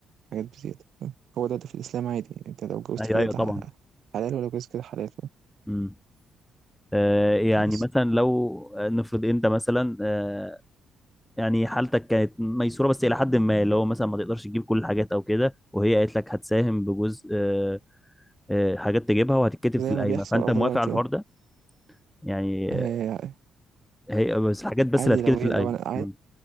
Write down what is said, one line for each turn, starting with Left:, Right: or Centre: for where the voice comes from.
Right: حاجات بزيادة فاهم؟ هو ده, ده في الإسلام عادي يعني أنت لو جوزت
Centre: أيوه
Right: كده
Centre: أيوه
Right: ده
Centre: طبعا
Right: ح- حلال ولو جوزت كده حلال فاهم؟
Centre: مم. آه، يعني
Right: بس
Centre: مثلا لو آه، نفرض انت مثلا آه يعني حالتك كانت ميسوره بس الى حد ما اللي هو مثلا ما تقدرش تجيب كل الحاجات او كده وهي قالت لك هتساهم بجزء آه، آه، حاجات تجيبها وهتتكتب
Right: زي
Centre: في القايمه
Right: ما بيحصل
Centre: فانت
Right: اه
Centre: موافق
Right: دلوقتي
Centre: على الحوار
Right: اه
Centre: ده يعني
Right: آه،
Centre: آه، هي بس الحاجات بس
Right: عادي
Centre: اللي هتتكتب
Right: لو
Centre: في
Right: هي
Centre: القايمه
Right: لو أنا عادي
Centre: مم،